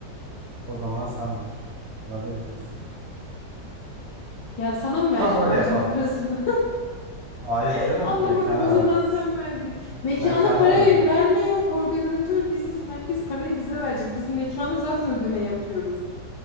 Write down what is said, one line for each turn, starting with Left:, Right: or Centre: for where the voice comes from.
Right: O zaman sen ver. Ona da ücretsiz de.
Left: Ya sana mı vereceğim
Right: Tamam öyle
Left: Ercan'ın
Right: yapalım.
Left: parasını?
Right: Hayır
Left: <laughs>
Right: canım
Left: Anlamadım
Right: mekana
Left: o zaman
Right: vereceğiz.
Left: sen ver diye. Mekana
Right: Mekana
Left: parayı
Right: vereceğiz.
Left: verme yok. Organizatör biziz. Herkes parayı bize verecek. Biz mekanı zaten ödeme yapıyoruz.